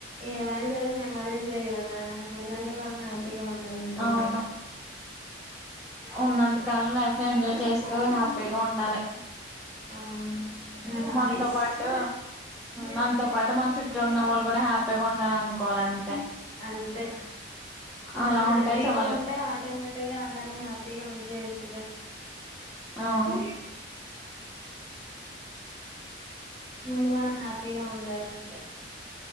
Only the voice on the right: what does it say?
ఏమైనా సరే మేమ్మరి చే కదా న్నంటే వాళ్ళ హ్యాపీగా ఉండాల అంతే
మరి
అవును మెమరీస్
అంతే మనం
హ్యాపీగా
ఉంటే ఆటోమేటిక్ అట్గా అందరినీ హ్యాపీగా ఉంచేయొచ్చులే
ముందు మనం హ్యాపీగా ఉండాలంతే